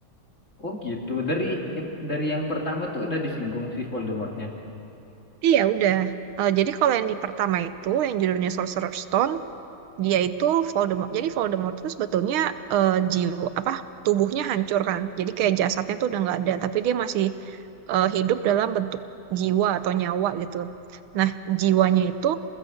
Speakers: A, on the left; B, on the right.
A: oh gitu dari eh, dari yang pertama tuh udah disinggung si Voldemortnya
B: Iya udah. Eh, jadi kalau yang di pertama itu yang judulnya Sorcerer's Stone dia itu Voldemort. Jadi Voldemort itu sebetulnya eh, jiwa apa tubuhnya hancur kan. Jadi kayak jasadnya tuh udah nggak ada, tapi dia masih eh, hidup dalam bentuk jiwa atau nyawa gitu. Nah, jiwanya itu